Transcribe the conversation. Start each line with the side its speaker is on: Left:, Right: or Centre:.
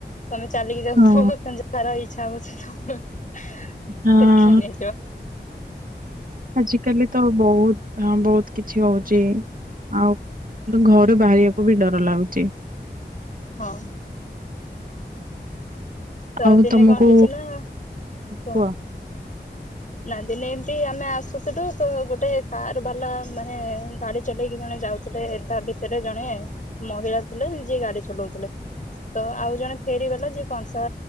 Left: ତମେ ଚାଲିକି ଯାଉଥିବ
Right: ହଁ
Left: କ ଯାହାର ଇ। ଇଛା ହବ ସେ ତମ। ଟେକିନେଇ
Right: ହଁ
Left: ଯିବ।
Right: ଆଜିକାଲି ତ ବହୁତ ହଁ ବହୁତ କିଛି ହଉଛି ଆଉ। ଘରୁ ବାହାରିବାକୁ ବି ଡର ଲାଗୁ
Left: ହଁ। ତ
Right: ଆଉ
Left: ଦିନେ
Right: ତମକୁ
Left: କଣ ହେଇଛି ନା କହ।
Right: କୁହ।
Left: ନା, ଦିନେ ଏମ୍ ତି ଆମେ ଆସୁଥୁଲୁ, ତ ଗୋଟେ କାର ବାଲା, ମାନେ ଗାଡି ଚଲେଇକି ଜଣେ ଯାଉଥିଲେ ।ତା ଭିତରେ ଜଣେ ମହିଳା ଥିଲେ, ଯିଏ ଗାଡି ଚଲଉଥିଲେ। ତ ଆଉ ଜଣେ ଫେରିବାଲା ଯିଏ କଣ ତା